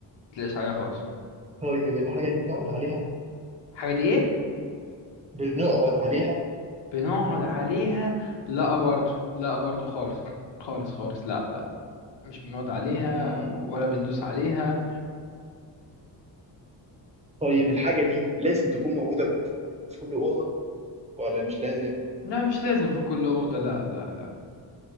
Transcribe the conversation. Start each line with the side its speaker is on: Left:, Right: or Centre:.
Left: ما تلاقش عليها خالص
Right: طيب الحاجه دي بنقعد عليها
Left: الحاجة دي ايه
Right: بنقعد عليها
Left: بنقعد عليها لا برضو لا برضو خالص خالص خالص لا لا مش بنقعد عليها
Right: مم.
Left: ولا بندوس عليها
Right: طيب الحاجه دي لازم تكون موجوده في كل اوضه ولا مش لازم
Left: لا مش لازم في كل أوضة لا لا لا